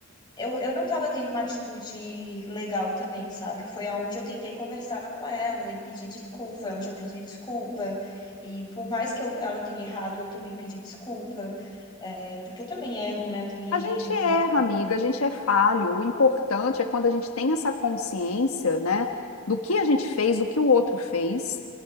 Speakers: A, on the left; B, on the left.
A: eu, eu não tava tendo uma atitude legal também, sabe? Foi aonde eu tentei conversar com ela e pedir desculpa, foi onde eu pedi desculpa. E por mais que eu, ela tenha errado, eu também pedi desculpa. É, porque eu também erro, né? Eu também
B: A
A: errei,
B: gente
A: enfim.
B: erra, amiga, a gente é falho. O importante é quando a gente tem essa consciência, né, do que a gente fez, do que o outro fez,